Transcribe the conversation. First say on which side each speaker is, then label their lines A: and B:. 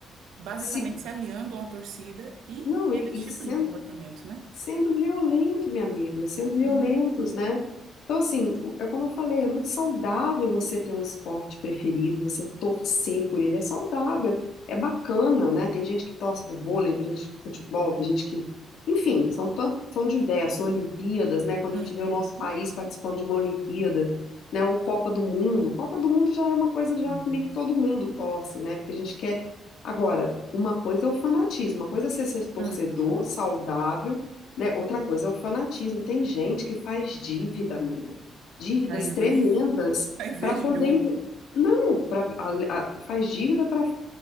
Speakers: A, on the right; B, on the left.
A: basicamente
B: se
A: se aliando a uma torcida e
B: não,
A: tendo
B: e,
A: esse
B: e sendo
A: tipo de comportamento, né?
B: sendo violento, minha amiga, sendo violentos,
A: Uhum,
B: né? Então, assim, o- é como eu falei, é muito saudável você ter um esporte preferido, você torcer por ele, é saudável, é bacana, né? Tem gente que torce por vôlei, tem gente que futebol, tem gente que. Enfim, são, tan- são diversos, Olimpíadas, né? Quando
A: uhum,
B: a gente vê o nosso país participando de uma Olimpíada, né? Ou Copa do Mundo. Copa do Mundo já é uma coisa já
A: sim,
B: que meio que todo mundo torce, né? Porque a gente quer. Agora, uma coisa é o fanatismo, uma coisa é você ser torcedor
A: uhum.
B: saudável né? Outra coisa é o fanatismo. Tem gente que faz dívida, amigo. Dívidas
A: Aí vê.
B: tremendas
A: Aí vê
B: para poder.
A: jogo.
B: inve- Não, pra, a- a- faz dívida para